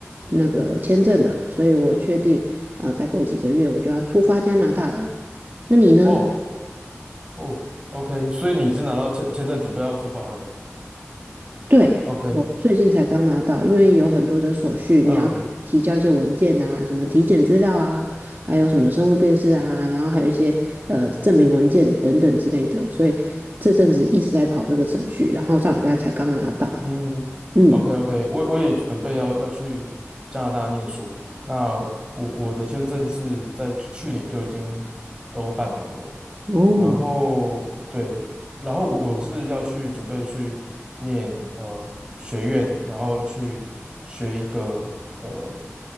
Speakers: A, on the right; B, on the right.
A: 那个签证了，所以我确定呃，再过几个月我就要出发加拿大了。那你呢？
B: 哇哦哦，OK，所以你已经拿到签签证，准备要出发了。
A: 对，
B: OK，
A: 我最近才刚拿到，因为有很多的手续，
B: 嗯
A: 你要去提交一些文件啊，什么体检资料啊，还有什么生物辨识啊，然后还有一些呃证明文件等等之类的，所以这阵子一直在跑这个程序，然后上礼拜才刚拿到。
B: 嗯，OK
A: 嗯，
B: OK，我我也准备要要去加拿大念书。那我我的签证是在去年就已经都办好了，
A: 哦，
B: 然后对，然后我我是要去准备去念呃学院，然后去学一个呃，